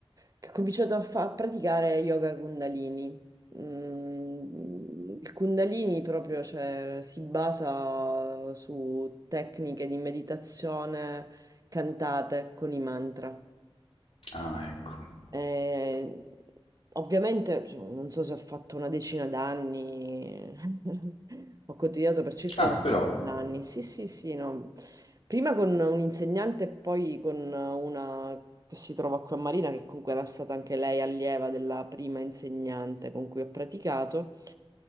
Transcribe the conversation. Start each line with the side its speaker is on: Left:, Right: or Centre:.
Right: che ho cominciato a, fa- a praticare yoga Kundalini. Mm, il Kundalini proprio, cioè, si basa su tecniche di meditazione cantate con i mantra.
Left: Ah, ecco.
Right: Eh, ovviamente, insomma, non so se ho fatto una decina d'anni, <laughs> ho continuato per circa
Left: Ah,
Right: una
Left: però.
Right: decina d'anni. Sì, sì, sì, no. Prima con un insegnante e poi con una che si trova qui a Marina, che comunque era stata anche lei allieva della prima insegnante con cui ho praticato.